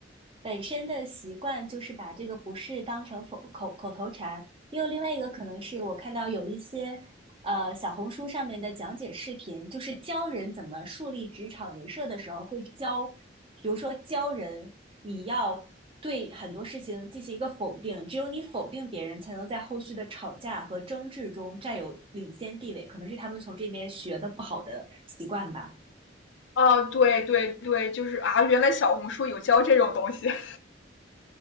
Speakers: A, on the right; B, on the left.
A: 本身的习惯，就是把这个不适当成否口口头禅。也有另外一个可能是我看到有一些呃小红书上面的讲解视频，就是教人怎么树立职场人设的时候，会教，比如说教人你要对很多事情进行一个否定，只有你否定别人，才能在后续的吵架和争执中占有领先地位。可能是他们从这边学的不好的习惯吧。
B: 啊，对对对，就是啊，原来小红书有教这种东西，<laughs>